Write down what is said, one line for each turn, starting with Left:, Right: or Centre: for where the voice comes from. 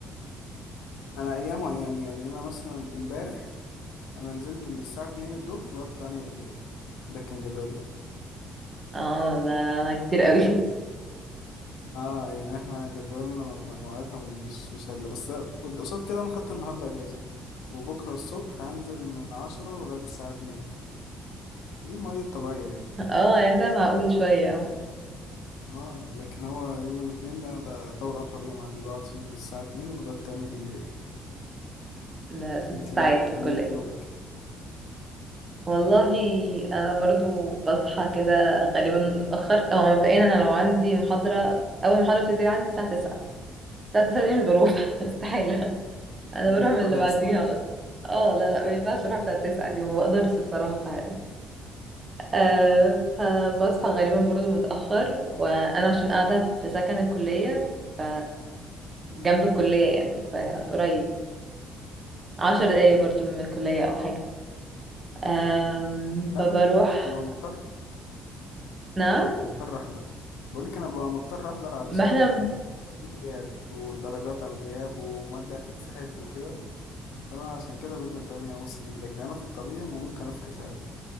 Left: أنا أيام وأيام يعني أنا مثلا امبارح أنا نزلت من الساعة اتنين الظهر لغاية تمانية بالليل ده كان جدولي
Right: اه ده كتير قوي
Left: اه يعني احنا جدولنا م- م- مواعيدها مش مش هادلة بس قد- قصاد كده انا خدت النهاردة اجازة وبكرة الصبح هنزل من عشرة لغاية الساعة اتنين دي المواعيد الطبيعية يعني
Right: <laughs> اه يعني ده معقول شويه اه
Left: اه لكن هو يوم الاتنين ده ده يعتبر اطول يوم عندي بقعد فيه من الساعة اتنين لغاية تانية بالليل
Right: ده ست
Left: انتي
Right: ساعات
Left: بقى بتعملي
Right: في الكليه
Left: ايه في يومك؟
Right: والله انا برضو بصحى كده غالبا متاخر او مبدئيا انا لو عندي محاضره اول محاضره بتبتدي عندي الساعه 9 الساعه 9 دي مش بروح <laughs> استحاله انا
Left: بتروحي
Right: بروح من اللي بعديها
Left: اصلا؟
Right: على طول اه لا لا ما ينفعش
Left: مم.
Right: اروح بتاع التسعة دي ما بقدرش بصراحة يعني أه فبصحى غالبا برضه متأخر وانا عشان قاعدة في سكن الكلية ف جنب الكلية يعني فقريب عشر دقايق برضه من الكلية او حاجة أم
Left: لا
Right: فبروح
Left: انا ببقى مضطر
Right: نعم
Left: مضطر احضر بقولك انا ببقى مضطر احضر علشان
Right: ما احنا
Left: في غياب والدرجات على الغياب ومادة هتتسحب وكده فانا عشان كده بنزل تمانية ونص دي لكن انا في الطبيعي ما ممكن افكس عادي